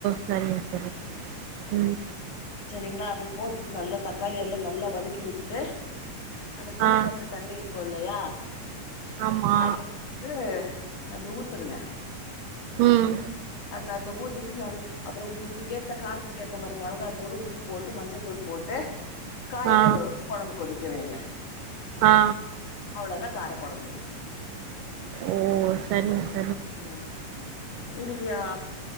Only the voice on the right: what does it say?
சரிங்க சரி உம்
ஆ
ஆமா
ம்
ஆ
ஆ
ஓ சரிங் ச